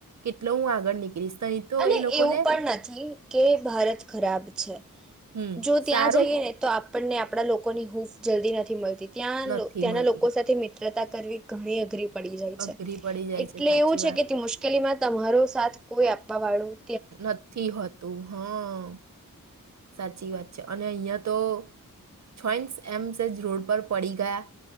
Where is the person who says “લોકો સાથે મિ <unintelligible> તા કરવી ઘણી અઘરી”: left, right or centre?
Centre